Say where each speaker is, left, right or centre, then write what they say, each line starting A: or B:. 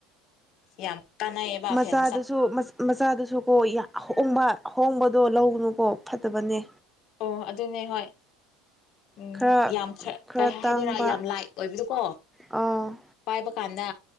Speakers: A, on the left; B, in the centre.
A: ꯌꯥꯝ ꯀꯥꯟꯅꯩꯌꯦꯕ
B: ꯃꯆꯥꯗꯨꯁꯨ
A: ꯐꯦꯟ
B: ꯃꯆꯥꯗꯨꯁꯨ ꯀꯣ ꯍꯣꯡꯕ ꯍꯣꯡꯕ ꯑꯗꯣ ꯂꯧꯅꯨꯀꯣ ꯐꯠꯇꯕꯅꯦ
A: ꯑꯣ ꯑꯗꯨꯅꯦ ꯍꯣꯏ ꯎꯝ
B: ꯈꯔ
A: ꯌꯥꯝ
B: ꯈꯔ
A: ꯀꯩ ꯍꯥꯏꯗꯣꯏꯔꯥ
B: ꯇꯥꯡꯕ
A: ꯌꯥꯝ ꯂꯥꯏꯠ ꯑꯣꯏꯕꯗꯨꯀꯣ
B: ꯑꯥ
A: ꯄꯥꯏꯕ ꯀꯥꯟꯗ